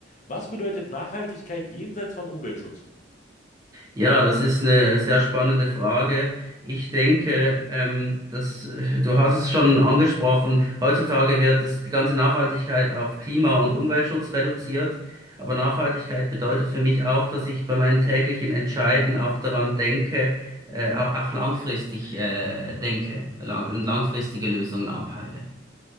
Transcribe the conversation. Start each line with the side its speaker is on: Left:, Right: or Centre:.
Left: Was bedeutet Nachhaltigkeit jenseits von Umweltschutz?
Right: Ja, das ist eine sehr spannende Frage. Ich denke, ähm, dass, äh, du hast es schon angesprochen, heutzutage wird es, die ganze Nachhaltigkeit auf Klima- und Umweltschutz reduziert. Aber Nachhaltigkeit bedeutet für mich auch, dass ich bei meinen täglichen Entscheiden auch daran denke, äh, auch, auch langfristig, äh, denke lang und langfristige Lösungen anpeile.